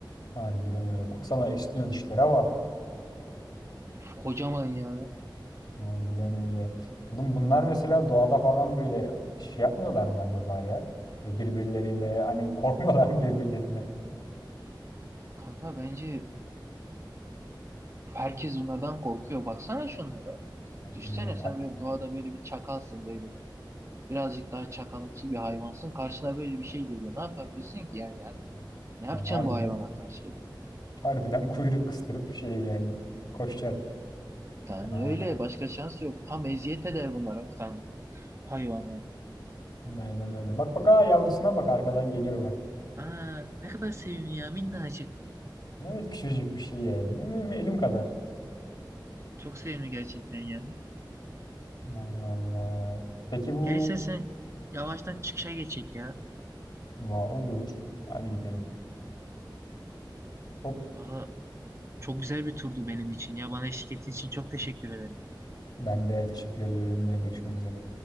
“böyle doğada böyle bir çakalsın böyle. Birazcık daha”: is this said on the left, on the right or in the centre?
Right